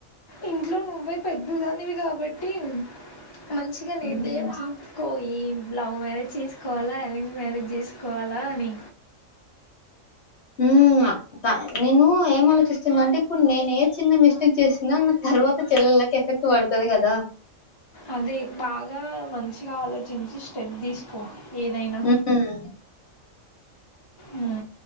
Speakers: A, on the left; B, on the left.
A: ఇంట్లో నువ్వే పెద్దదానివి కాబట్టి మంచిగా
B: హ్మ్.
A: నిర్ణయం తీంచుకోయి లవ్ మ్యారేజ్ చేసుకోవాలా అరేంజ్ మ్యారేజ్ చేసుకోల కోవాల అని
B: హ ఉ ఆ త నేను ఏం ఆలోచిస్తున్నా అంటే ఇప్పుడు నేను ఏ చిన్న మిస్టేక్ చేసిన నా తరువాత చెల్లలు వాళ్ళకు ఎఫెక్ట్ వడుతది కదా
A: అదే బాగా మంచిగా ఆలోచించి స్టెప్ తీసుకో ఏదైనా
B: హ్మ్.
A: ఉ